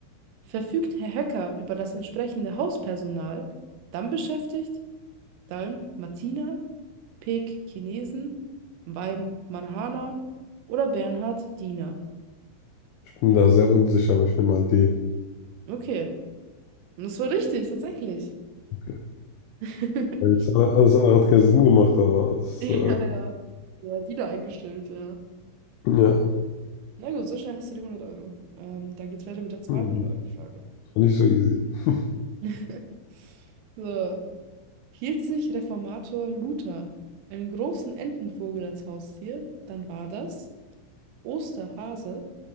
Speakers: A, on the right; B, on the left.
A: Verfügt Herr Höcker über das entsprechende Hauspersonal, dann beschäftigt Dalm Martina, Peek Chinesen, Weim Marhana oder Bernhard Diener.
B: Ich bin da sehr unsicher, aber ich nehme mal D.
A: Okay, und das war richtig, tatsächlich.
B: Okay.
A: <laughs>
B: Alles andere, alles andere hat keinen Sinn gemacht, aber es,
A: Ja,
B: äh,
A: ja. Ja, Diener eingestellt, ja.
B: ja,
A: Na gut, so schnell hast du die hundert Euro. Ähm, dann geht's weiter mit der zweihundert
B: hm,
A: euro frage
B: das war nicht so easy. <laughs>
A: <laughs> So. Hielt sich Reformator Luther einen großen Entenvogel als Haustier, dann war das Osterhase,